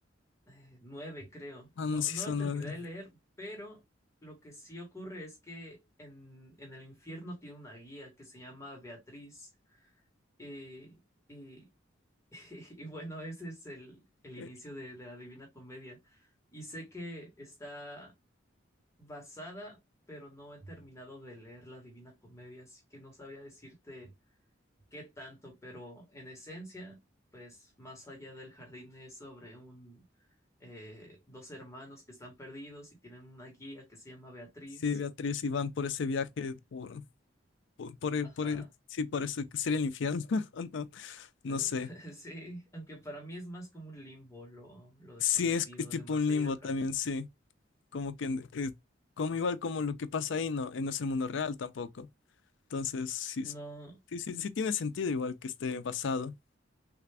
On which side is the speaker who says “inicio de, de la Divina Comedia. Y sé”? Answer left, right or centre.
Left